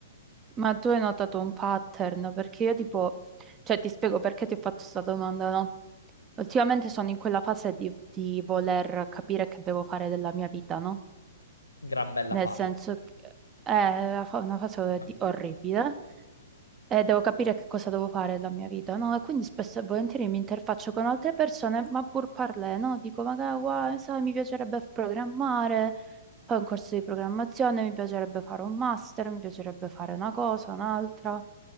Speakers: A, on the right; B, on the left.
A: Ma tu hai notato un pattern? Perché io tipo, cioè ti spiego perché ti ho fatto questa domanda, no? Ultimamente sono in quella fase di, di voler capire che devo fare della mia vita, no?
B: Gran bella
A: Nel
B: fase.
A: senso che è la fa- una fase
B: <laughs>
A: di- orribile e devo capire che cosa devo fare della mia vita, no? E quindi spesso e volentieri mi interfaccio con altre persone, ma pur parlè, no? Dico, magari, guai, sai, mi piacerebbe programmare, fare un corso di programmazione, mi piacerebbe fare un master, mi piacerebbe fare una cosa, un'altra.